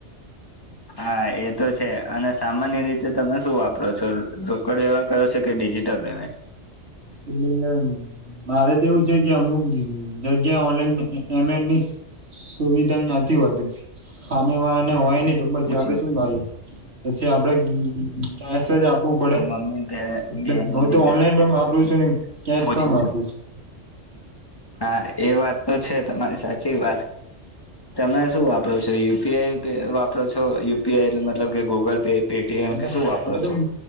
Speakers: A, on the left; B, on the right.
A: હા એ તો છે અને સામાન્ય રીતે તમે શું વાપરો છો? રોકડ વ્યવહાર કરો છો કે ડિ ડિજિટલ પેમેન્ટ
B: એટલે મારે તો એવું છે કે અમુક જગ્યા ઓનલાઈન એમની સુવિધા નથી હોતી. સામે વાળા ને હોય નૈ તો પછી
A: પૂછી
B: આપડે શું મા. પછી આપડે કેશ જ આપવું પડે
A: મમ્મી બેન
B: એટલે હૂ
A: લઈ
B: તો
A: ગયો
B: ઓનલાઈન પણ
A: એટલે
B: આપું ન કેસ
A: પૂછી
B: પણ વાપરું છું.
A: હા એ વાત તો છે તમારી સાચી વાત. તમે શું વાપરો છો યુપીઆઈ વાપરો છો યુપીઆઈ એટ મતલબ કે ગૂગલ પે. પેટીએમ
B: એટલે
A: કે
B: હું
A: શું વાપરો
B: તો
A: છો